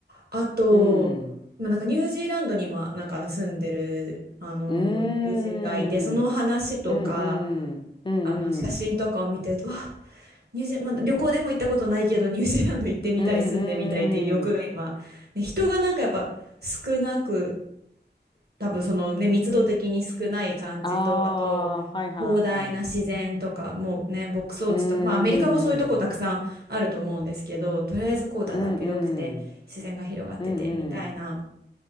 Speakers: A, on the right (about 60°); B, on the left (about 25°).
A: あと、
B: うん。
A: まあ、なんかニュージーランドにもなんかあの住んでるあの友人がいて、
B: うーん。
A: その話とか、
B: うんうんうんうん。
A: あの写真とかを見てると、わあ、ニュージー、まあ、旅行でも行ったことないけど、ニュージーランド行ってみたい、
B: うんうん。
A: 住んでみたいっていう欲が今、ね、人がなんかやっぱ少なく。多分そのね、密度的に少ない感じと、
B: ああ、
A: あと、
B: はいはい。
A: 広大な自然とか、もうね、牧草地とか、
B: うんう
A: まあアメリカもそういうとこたくさんあると思うんですけど、
B: ん。
A: とりあえずこうだだっ広くて、
B: うんうん
A: 自然が広がってて、
B: う
A: みたいな、
B: ん
A: っ